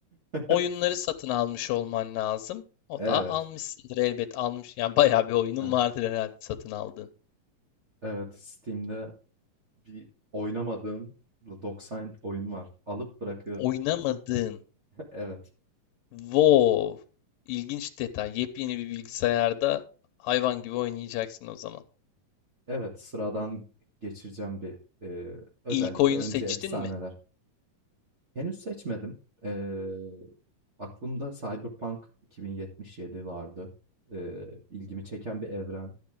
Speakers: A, on the right; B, on the left.
A: <laughs>
B: Oyunları satın almış olman lazım. O
A: Evet,
B: da almışsındır elbet almış. Yani bayağı bir oyunun
A: evet,
B: vardır herhalde satın aldığın.
A: evet. Steam'de bir oynamadığım 90 oyun var. Alıp bırakıyorum.
B: Oynamadığın.
A: İşte, evet,
B: Wow. İlginç detay. Yepyeni bir bilgisayarda hayvan gibi oynayacaksın o zaman.
A: evet. Sıradan geçireceğim bir, eee, özellikle
B: İlk oyunu
A: önce
B: seçtin
A: efsaneler.
B: mi?
A: Henüz seçmedim. Eee, aklımda Cyberpunk 2077 vardı. Eee, ilgimi çeken bir evren,